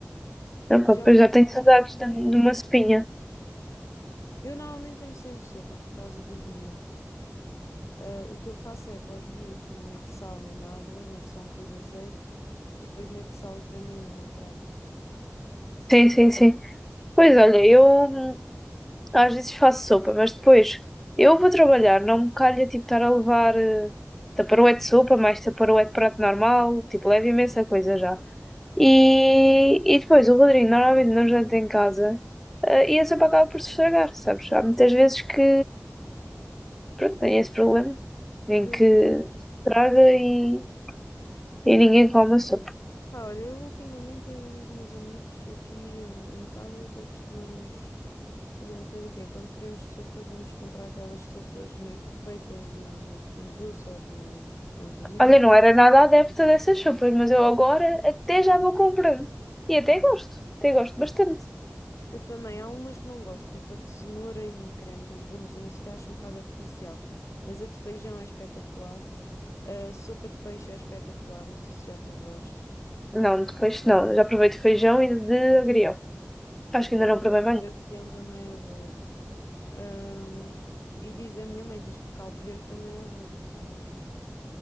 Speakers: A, in the centre; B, on the left.
A: Não,
B: E
A: pá,
B: já.
A: pois já tenho saudades de, de uma sopinha.
B: Eu normalmente tenho sempre sopa por causa dos miúdos. Ah, o que eu faço é para os miúdos não meto sal nem nada, meto só um fio de azeite e depois meto sal para mim no meu prato.
A: Sim, sim, sim. Pois olha, eu Às vezes faço sopa, mas depois eu vou trabalhar, não me calha tipo estar a levar uh, taparoé de sopa, mais taparoé de prato normal, tipo, leva imensa coisa já. E, e depois o Rodrigo normalmente não janta em casa, eh, e a sopa acaba por se estragar, sabes? Há muitas vezes que, pronto, tem esse problema, em
B: Pois.
A: que estraga e, e ninguém come a sopa.
B: Pá, olha, eu ultimamente eu e os meus amigos aqui eh, em casa até costumamos. fazer uma coisa que é quando queremos sopa, vamos comprar aquelas sopas meio que feitas do, do Pingo Doce ou do Continente.
A: Olha, não era nada adepta dessas sopas, mas eu agora até já vou comprando. E até gosto, até gosto bastante.
B: Eu também, há umas que não gosto, tipo a de cenoura e creme de legumes e não sei o que, acho um bocado artificial. Mas a de feijão é espetacular. A sopa de peixe é espetacular, não sei se já provaste.
A: Não, depois não. Eu Já provei de feijão e de agrião. Acho que
B: Pronto,
A: ainda não provei
B: a
A: bem.
B: da guião também é boa. Ahm, e diz, a minha mãe diz que o caldo verde também é bom, mas eu não como.